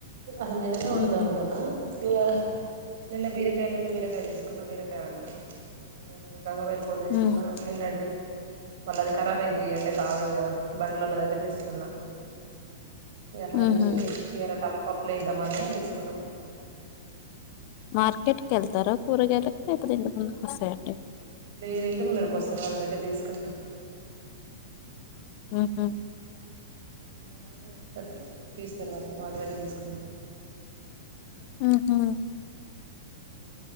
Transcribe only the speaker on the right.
అసలు నిన్ననే వండుదం
అనుకున్నా బియా నిన్న బీరకాయలు ఉంటే బీరకాయ తీసుకున్నా బీరకాయ వండిన ఇయ్యాల గ గంగవాయిల్ కూర తీసుకున్నా
నిన్నడిది వాళ్ళది ఖరాబ్ అయిది ఎండకు ఆగదు గ దా బండ్లోడ్ల దగ్గర తీసుకున్న ఇగ అట్ల అనేసీ
ఎర టంపప్పుల ఎద్దామని తీసుకున్న
లేదు ఇంటి ముందటికి వస్తరు వాళ్ళ దగ్గర తీసుకుంటం
మార్నింగే వస్తారు మంచిగా ఇస్తారు వాళ్ళు వాళ్ళ దగ్గర తీసుకుంటం
ఆహ్